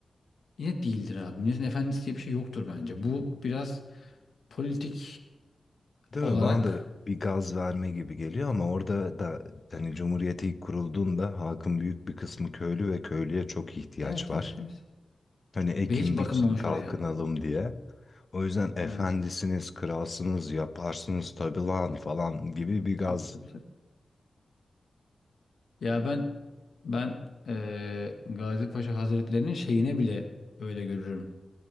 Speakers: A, on the left; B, on the left.
A: Yine değildir abi. Milletin efendisi diye bir şey yoktur bence. Bu biraz politik
B: Değil
A: olarak
B: mi? Bana da bir gaz verme gibi geliyor ama orada da hani Cumhuriyet ilk kurulduğunda halkın büyük bir kısmı köylü ve köylüye çok ihtiyaç
A: evet
B: var.
A: evet evet.
B: Hani ekin
A: Ve hiç bakılmamış
B: biçin kalkınalım
A: oraya.
B: diye. O yüzden efendisiniz,
A: Evet.
B: kralsınız, yaparsınız tabii lan falan gibi bir gaz.
A: Tabii tabii tabii. Ya ben ben eee Gazi Paşa Hazretleri'nin şeyine bile öyle görürüm.